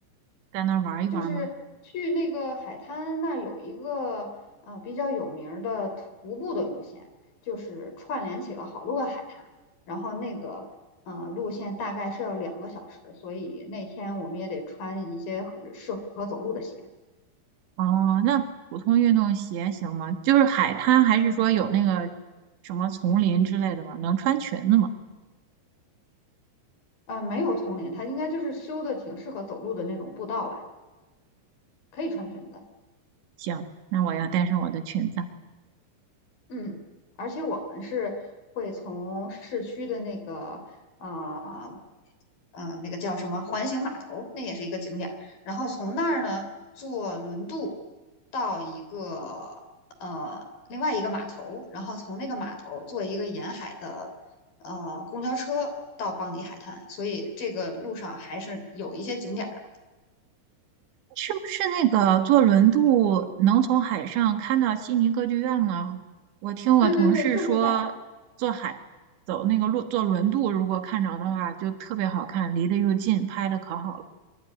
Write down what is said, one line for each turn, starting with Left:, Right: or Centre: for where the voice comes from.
Right: 在那儿玩一玩吗？
Left: 就是去那个海滩那儿有一个呃比较有名儿的徒步的路线，就是串联起了好多个海滩，然后那个呃路线大概是要两个小时，所以那天我们也得穿一些合适合走路的鞋。
Right: 哦，那普通运动鞋行吗？就是海滩，还是说有那个什么丛林之类的吗？能穿裙子吗？
Left: 呃，没有丛林，它应该就是修的挺适合走路的那种步道吧，可以穿裙子。
Right: 行，那我要带上我的裙子。
Left: 嗯，而且我们是会从市区的那个呃呃那个叫什么环形码头，那也是一个景点儿，然后从那儿呢坐轮渡到一个呃另外一个码头，然后从那个码头坐一个沿海的呃公交车到邦迪海滩，所以这个路上还是有一些景点儿的。
Right: 是不是那个坐轮渡能从海上看到悉尼歌剧院吗？我听我同事说，
Left: 对对对，就是在
Right: 坐海走那个路坐轮渡，如果看着的话，就特别好看，离得又近，拍的可好了。